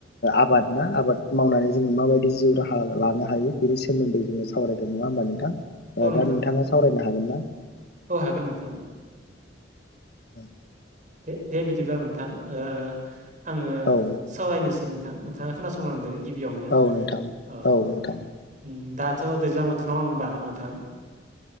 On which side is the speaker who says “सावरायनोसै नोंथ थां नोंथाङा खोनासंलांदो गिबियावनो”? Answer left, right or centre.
Right